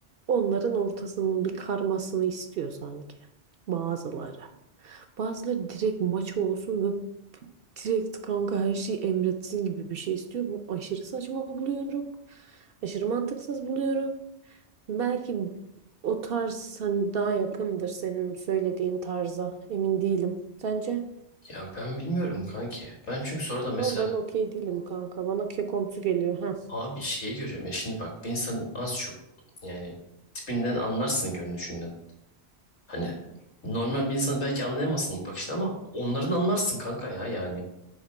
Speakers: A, on the right; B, on the left.
A: onların ortasının bir karmasını istiyor sanki bazıları. Bazıları direkt maço olsun direkt kanka her şeyi emretsin gibi bir şey istiyor. Bu aşırı saçma buluyorum. Aşırı mantıksız buluyorum. Belki o tarz hani daha yakındır senin söylediğin tarza. Emin değilim. Sence?
B: Ya ben bilmiyorum kanki. Ben çünkü sonra da mesela
A: Ama ben okey değilim kanka. Bana kekomsu geliyor. Ha.
B: Abi şeyi görüyorum ya şimdi bak bir insanın az çok yani tipinden anlarsın görünüşünden. Hani normal bir insanı belki anlayamazsın ilk bakışta ama onların anlarsın kanka ya yani.